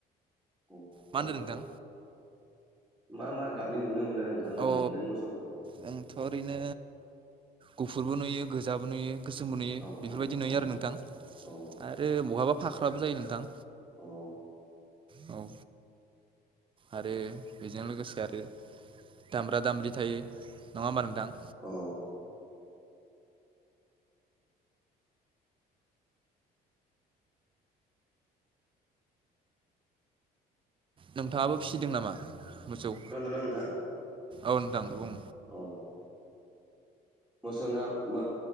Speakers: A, in the centre; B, on the right.
A: औ
B: मा होनदों
A: औ
B: नोंथां
A: औ मा मा गाबनि नुनो मोनो नोंथां जों
B: अ
A: एरेनो मोसौखौ
B: जोंथ' ओरैनो गुफुरबो नुयो गोजाबो नुयो गोसोमबो नुयो
A: औ
B: बेफोरबायदि
A: औ
B: नुयो
A: औ
B: आरो नोंथां
A: औ
B: आरो बहाबा फाख्राबो जायो नोंथां।
A: औ
B: औ आरो बेजों लोगोसे आरो दामब्रा दामब्रि थायो नङा होमबा नोंथां?
A: औ
B: नोंथाङाबो फिसिदों नामा मोसौ?
A: खोनादोंना नोंथां
B: औ नोंथां बुं
A: औ मोसौना मो